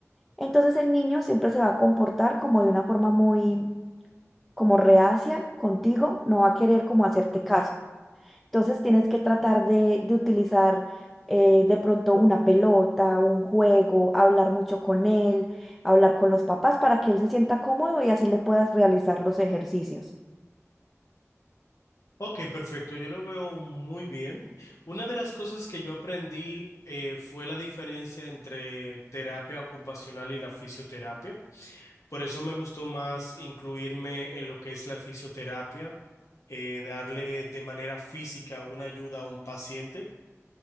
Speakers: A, in the centre; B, on the left.
A: Entonces, el niño siempre se va a comportar como de una forma muy, como reacia contigo, no va a querer como hacerte caso. Entonces tienes que tratar de, de utilizar eh, de pronto una pelota, un juego, hablar mucho con él, hablar con los papás para que él se sienta cómodo y así le puedas realizar los ejercicios.
B: Ok, perfecto. Yo lo veo muy bien. Una de las cosas que yo aprendí eh, fue la diferencia entre terapia ocupacional y la fisioterapia. Por eso me gustó más incluirme en lo que es la fisioterapia, eh, darle de manera física una ayuda a un paciente.